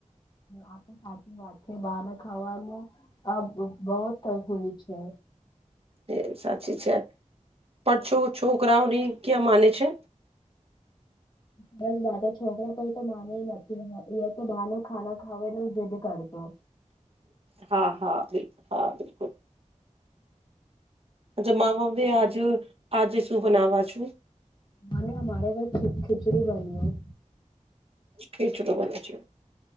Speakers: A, on the left; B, on the right.
A: આ તો સાચી વાત છે, બહાર ખાવાનું આ બહફુલી છે,
B: એ સાચી છે, પણ છો છોકરાઓની ક્યાં માને છે,
A: સરસ વાતો છોકરા પર તો માને નથી, એ તો બાને ખાના ખાવને જદ કરતો.
B: હા હા બિકુ હા બિલકુલ અચ્છા મામાભ આજ આજે શું બનાવા છુ,
A: મને અમારે ઘર છૂપ ખિચડી બની
B: કે છોટ બ છ